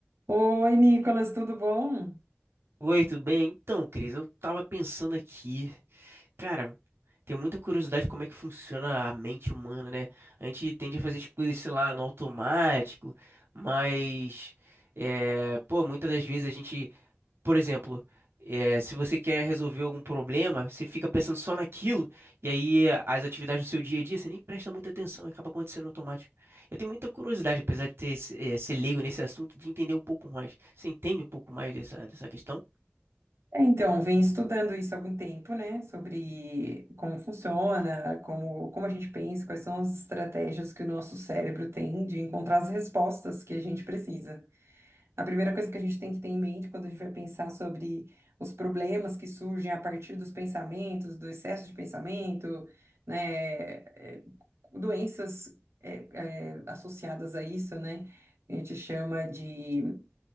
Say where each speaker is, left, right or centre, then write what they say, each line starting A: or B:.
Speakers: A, on the right (about 90°); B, on the right (about 65°).
A: Oi, Nicolas, tudo bom?
B: Oi, tudo bem? Então, Cris, eu tava pensando aqui, cara, tenho muita curiosidade como é que funciona a mente humana, né? A gente tende a fazer as coisas, sei lá, no automático, mas, é, pô, muitas das vezes a gente, por exemplo, é, se você quer resolver algum problema, você fica pensando só naquilo, e aí as atividades do seu dia a dia, você nem presta muita atenção, e acaba acontecendo automático. Eu tenho muita curiosidade, apesar de ter, é, ser leigo nesse assunto, de entender um pouco mais. Você entende um pouco mais dessa, dessa questão?
A: É, Então, vem estudando isso há algum tempo, né? Sobre como funciona, como, como a gente pensa, quais são as estratégias que o nosso cérebro tem de encontrar as respostas que a gente precisa. A primeira coisa que a gente tem que ter em mente quando a gente vai pensar sobre os problemas que surgem a partir dos pensamentos, do excesso de pensamento, né? é, Doenças, é, é, associadas a isso, né? A gente chama de